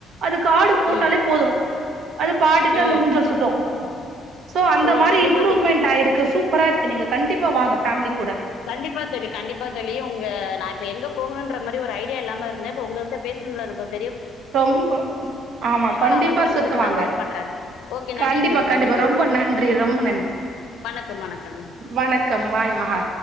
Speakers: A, on the right (about 65°); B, on the left (about 70°).
A: அது கார்டு போட்டாலே
B: ம்,
A: போதும் அது பாட்டுக்கு
B: ம்.
A: அந்த ஊஞ்சல் சுத்தும் சோ அந்த
B: ஓ!
A: மாரி
B: கண்டிப்பா
A: இம்ப்ரூவமெண்ட்டாயிருக்கு
B: தோழி.
A: சூப் சூப்பரா இருக்கு நீங்க கண்டிப்பா வாங்க ஃபேமிலிக்
B: கண்டிப்பா தோழி கண்டிப்பா தோழி உங்க நா இப்ப எங்க போகணுன்ற ந்த மாரி ஒரு ஐடியா இல்லாம இருந்தே இப்ப உங்க கிட்ட பேசுனதுல இருக்க
A: ரொம்ப ஆமா கண்டிப்பா
B: நான் வந்துட்டு
A: சுத்துவாங்க
B: உங்களுக்கு நான் கால் பண்றேன். ஓகே நன்றி
A: கண்டிப்பா
B: தோழி,
A: கண்டிப்பா
B: நன்றி தோழி.
A: ரொம்ப நன்றி ரொம்ப நன்றி
B: வணக்கம், வணக்கம். ம்.
A: வணக்கம் வாய் மகா